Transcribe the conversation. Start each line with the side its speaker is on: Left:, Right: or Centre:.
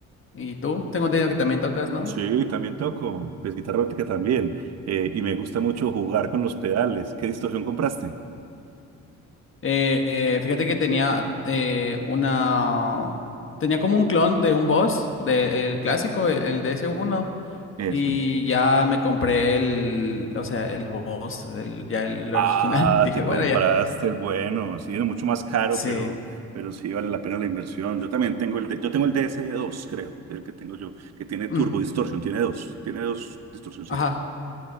Left: ¿Y tú? Tengo entendido que también tocas, ¿no?
Right: Sí, también toco,
Left: Ujú.
Right: pues guitarra eléctrica también, eh, y me gusta mucho jugar con los pedales. ¿Qué distorsión compraste?
Left: Eh, eh, fíjate que tenía eh, una... Tenía como un clon de un boss del clásico, el, el DS1.
Right: Eso.
Left: Y ya me compré el, o sea, el Boss, el, ya el
Right: Ah,
Left: original. <laughs> Dije,
Right: te
Left: bueno,
Right: compraste
Left: ya.
Right: el bueno, sí, es mucho más caro,
Left: Sí.
Right: pero, pero sí vale la pena la inversión. Yo también tengo el, de- yo tengo el dsd dos, creo, el que tengo yo, que tiene turbo
Left: Mm,
Right: distorsión, tiene dos, tiene dos distorsioncitas.
Left: ajá.